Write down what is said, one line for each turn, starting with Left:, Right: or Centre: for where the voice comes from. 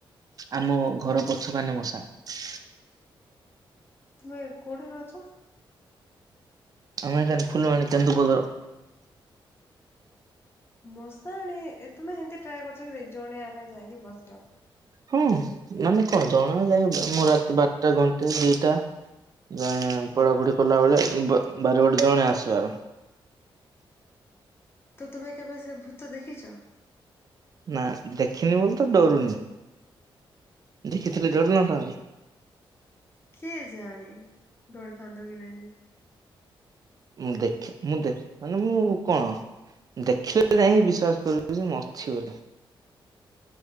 Right: ଆମ ଘର ପଛ କାନେ ମଶାଣି।
Left: ତୁମେ କୋଉଠି ରହୁଛ?
Right: ଆମେ ଅଇଁଛା ଫୁଲବାଣୀ କେନ୍ଦୁ ପତର।
Left: ମଶାଣି ଏ ତୁମେ ସେମତି ଟ୍ରାଏ କରିଛ କି ନାଇଁ, ଜଣେ ଏକା ଯାଇକି ବସିବା।
Right: ହୁଁ ମାନେ କଣ ଜଣା ଯାଇ ମୁଁ ରାତି ବାରଟା, ଘଣ୍ଟେ, ଦିଟା। ଯାଏଁ ପଢାପଢି କଲାବେଳେ ବ ବାରି ବଟେ ଜଣେ ଆସିବାର।
Left: ତ ତୁମେ କେବେ ସେ ଭୂତ ଦେଖିଚ?
Right: ନା, ଦେଖିନି ବୋଲି ତ ଡରୁନି। ଦେଖିଥିଲେ ଡରି ନଥାନ୍ତି।
Left: କେଜାଣି ଡରିଥାନ୍ତ କି ନାଇଁ।
Right: ମୁଁ ଦେଖେ ମୁଁ ଦେ ମାନେ ମୁଁ କଣ ଦେଖିଲେ ତ ଯାଇକି ବିଶ୍ଵାସ କରିବି ଯେ ମୁଁ ଅଛି ବୋଲି।